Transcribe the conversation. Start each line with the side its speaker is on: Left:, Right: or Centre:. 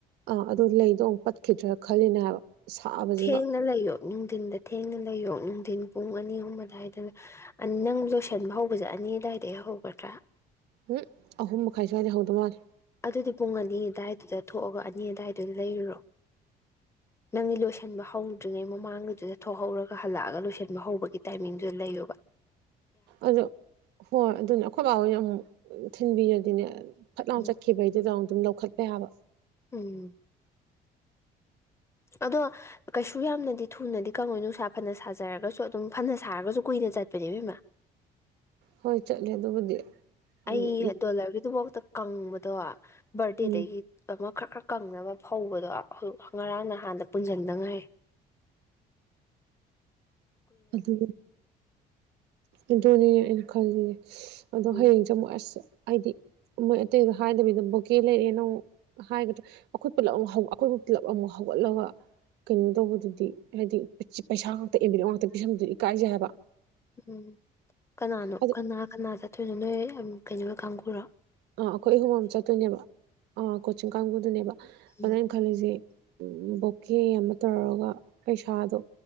Right: ꯑꯥ ꯑꯗꯨ ꯂꯩꯗꯣ ꯑꯃꯨꯛ ꯄꯠꯈꯤꯗ꯭ꯔꯥ ꯈꯜꯂꯤꯅꯦ ꯍꯥꯏꯕ ꯁꯥꯕꯁꯤꯒ
Left: ꯊꯦꯡꯅ ꯂꯩꯌꯣ ꯅꯨꯡꯊꯤꯟꯗ ꯊꯦꯡꯅ ꯂꯩꯌꯣ ꯅꯨꯡꯊꯤꯟ ꯄꯨꯡ ꯑꯅꯤ ꯑꯍꯨꯝ ꯑꯗꯥꯏꯗ ꯑ ꯅꯪ ꯂꯣꯏꯁꯟꯕ ꯍꯧꯕꯁꯦ ꯑꯅꯤ ꯑꯗꯥꯏꯗꯩ ꯍꯧꯒꯗ꯭ꯔꯥ
Right: ꯍꯨꯝ ꯑꯍꯨꯝ ꯃꯈꯥꯏ ꯁ꯭ꯋꯥꯏꯗꯩ ꯍꯧꯗꯧ ꯃꯥꯜꯂꯦ
Left: ꯑꯗꯨꯗꯤ ꯄꯨꯡ ꯑꯅꯤ ꯑꯗꯥꯏꯗꯨꯗ ꯊꯣꯛꯑꯒ ꯑꯅꯤ ꯑꯗꯥꯏꯗꯨꯗ ꯂꯩꯔꯨꯔꯣ ꯅꯪꯒꯤ ꯂꯣꯏꯁꯤꯟꯕ ꯍꯧꯗ꯭ꯔꯤꯉꯩ ꯃꯃꯥꯡꯒꯨꯗꯨꯗ ꯊꯣꯛꯍꯧꯔꯒ ꯍꯜꯂꯛꯑꯒ ꯂꯣꯏꯁꯟꯕ ꯍꯧꯕꯒꯤ ꯇꯥꯏꯃꯤꯡꯗꯨꯗ ꯂꯩꯌꫭꯕ
Right: ꯑꯗꯣ ꯍꯣꯏ ꯑꯗꯨꯅꯦ ꯑꯩꯈꯣꯏ ꯕꯥꯥ ꯍꫭꯏꯅ ꯑꯃꯨꯛ ꯊꯤꯟꯕꯤꯔ ꯑꯗꯨꯅꯦ ꯐꯠ ꯂꯥꯎꯅ
Left: ꯎꯝ
Right: ꯆꯈꯤꯕꯩꯗꯨꯗ ꯑ ꯑꯗꯨꯝ ꯂꯧꯈꯠꯄ ꯌꯥꯕ
Left: ꯎꯝ ꯑꯗꯣ ꯀꯩꯁꯨ ꯌꯥꯝꯅꯗꯤ ꯊꯨꯅꯗꯤ ꯀꯪꯉꯣꯏ ꯅꯨꯡꯁꯥ ꯐꯅ ꯁꯥꯖꯔꯒꯁꯨ ꯑꯗꯨꯝ ꯐꯅ ꯁꯥꯔꯒꯁꯨ ꯀꯨꯏꯅ ꯆꯠꯄꯅꯦꯕ ꯏꯕꯦꯝꯃ
Right: ꯍꯣꯏ ꯆꯠꯂꯦ ꯑꯗꯨꯕꯨꯗꯤ ꯍꯥꯏꯗꯤ
Left: ꯑꯩ ꯗꯣꯂꯔꯒꯤꯗꯨ ꯕꯧꯗ ꯀꯪꯕ ꯗꯣ ꯕꯔꯗꯦꯗꯒꯤ
Right: ꯎꯝ
Left: ꯗꯃꯛ ꯈꯔꯛ ꯈꯔꯛ ꯀꯪꯅꯕ ꯐꯧꯕꯗꯣ ꯉꯔꯥꯡ ꯅꯍꯥꯟꯗ ꯄꯨꯟꯖꯟꯗ ꯉꯥꯏꯔꯤ
Right: ꯑꯗꯨ ꯑꯗꯨꯅꯤꯅꯦ ꯑꯩꯅ ꯈꯜꯂꯤ ꯑꯗꯣ
Left: ꯎꯝ
Right: ꯍꯌꯦꯡꯁꯦ ꯑꯃꯨꯛ ꯑꯁ ꯍꯥꯏꯗꯤ ꯃꯣꯏ ꯑꯇꯩꯗ ꯍꯥꯏꯗꯕꯤꯗ ꯕꯣꯀꯦ ꯂꯩꯔꯦꯅ ꯑꯃ ꯍꯥꯏꯒꯗ꯭ꯔꯥ ꯑꯩꯈꯣꯏ ꯄꯨꯂꯞ ꯑꯃꯨꯛ ꯑꯩꯈꯣꯏꯕꯨ ꯄꯨꯜꯂꯞ ꯑꯃꯨꯛ ꯍꯧꯒꯠꯂꯒ ꯀꯩꯅꯣ ꯇꯧꯕꯗꯨꯗꯤ ꯍꯥꯏꯗꯤ ꯄꯩꯁꯥ ꯉꯥꯛꯇꯕꯤꯔ ꯉꯥꯛꯇ ꯐꯤꯁꯝꯗꯨ ꯏꯀꯥꯏꯖꯩ ꯍꯥꯏꯕ
Left: ꯎꯝ ꯀꯅꯥꯅꯣ
Right: ꯑꯗ
Left: ꯀꯅꯥ ꯀꯅꯥ ꯆꯠ ꯊꯣꯏꯅꯣ ꯅꯣꯏ ꯌꯥꯝ ꯀꯩꯅꯣ ꯀꯥꯡꯈꯔꯣ
Right: ꯑꯥ ꯑꯩꯈꯣꯏ ꯑꯍꯨꯝ ꯑꯃ ꯆꯠꯇꯣꯏꯅꯦꯕ ꯑꯥ ꯀꯣꯆꯤꯡ ꯀꯥꯡꯕꯨꯗꯨꯅꯦꯕ
Left: ꯎꯝ
Right: ꯑꯗꯨꯗ ꯑꯩꯅ ꯈꯜꯂꯤꯁꯤꯦ ꯎꯝ ꯕꯣꯛꯀꯦ ꯑꯃ ꯇꯧꯔꯒ ꯄꯩꯁꯥꯗꯣ